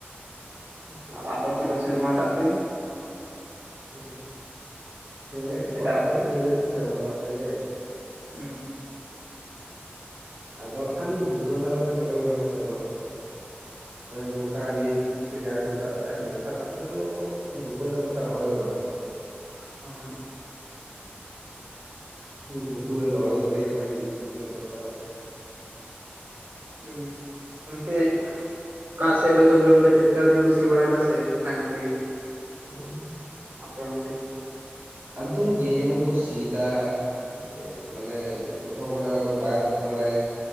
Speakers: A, on the right; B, on the right.
A: ᱟᱪᱪᱷᱟ ᱟᱪᱪᱷᱟ
B: ᱟᱨ ᱟᱯᱮ
A: ᱟᱪᱪᱷᱟ
B: ᱥᱮᱡ ᱫᱚ ᱥᱮᱨᱢᱟ ᱫᱟᱜ ᱛᱮ ᱜᱮ᱾
A: ᱦᱮᱸ, ᱦᱮᱸ
B: ᱡᱟᱹᱯᱤᱫᱟᱜ
A: ᱜᱚᱴᱟ ᱜᱮ ᱱᱤᱭᱟᱹ ᱜᱷᱟᱹᱲᱤᱡ ᱫᱚ ᱥᱮᱨᱢᱟ ᱫᱟᱜ ᱛᱮᱜᱮ ᱾
B: ᱦᱮᱸ᱾
A: ᱟᱫᱚ ᱦᱟᱸᱜ ᱠᱷᱟᱱ ᱜᱷᱩᱴᱩ ᱦᱟᱥᱟ ᱫᱚ ᱦᱟᱸᱜ ᱠᱷᱟᱱ ᱪᱮᱠᱟ ᱵᱮᱱ ᱨᱚᱦᱚᱭᱟ? ᱥᱮᱨᱢᱟ ᱫᱟᱜ‌ ᱛᱮ ᱫᱚ ᱱᱚᱝᱠᱟ ᱱᱤᱛ ᱾ ᱱᱤᱛᱮ ᱡᱟᱦᱟᱸ ᱦᱤᱥᱟᱹᱵᱽ ᱫᱟᱜ ᱫᱟ ᱱᱚᱝᱠᱟ ᱫᱟᱜ ᱛᱮᱫᱚ ᱜᱷᱩᱴᱩ ᱦᱟᱥᱟ ᱫᱚ ᱚᱠᱟ ᱨᱚᱦᱚᱭ ᱫᱚ ᱵᱟᱝ ᱜᱟᱱᱚᱜ-ᱟ ᱾
B: ᱚ ᱦᱟᱸᱜ᱾
A: ᱜᱷᱩᱴᱩ ᱨᱮ ᱨᱚᱦᱚᱭ ᱠᱚᱨᱛᱮ ᱜᱮᱞᱮ ᱠᱷᱟᱱ ᱡᱩᱛ ᱧᱚᱜ ᱫᱚᱨᱠᱟᱨᱟ ᱥᱮ?
B: ᱦᱚᱸ ᱚᱱᱛᱮᱡ ᱚᱲᱟᱜ ᱥᱮᱡ ᱫᱚ ᱾ ᱛᱚᱵᱮ ᱚᱱᱛᱮ ᱴᱮᱠᱴᱟᱨ ᱛᱮᱠᱩ ᱥᱤ ᱵᱟᱲᱟᱭ ᱫᱟ ᱥᱮ ᱱᱟᱦᱮᱞ ᱛᱮᱜᱮ?
A: ᱦᱮᱸ,
B: ᱟᱯᱮ ᱚᱱᱛᱮ
A: ᱟᱫᱚ ᱡᱮ ᱡᱮᱢᱚᱱ ᱠᱚ ᱥᱤᱭᱫᱟ᱾ ᱢᱤᱫᱴᱮᱡ ᱢᱟᱱᱮ ᱚᱠᱟ ᱠᱚᱨᱮᱱᱟᱜ ᱫᱚ ᱵᱟᱭᱟᱨ ᱠᱚ ᱢᱟᱱᱮ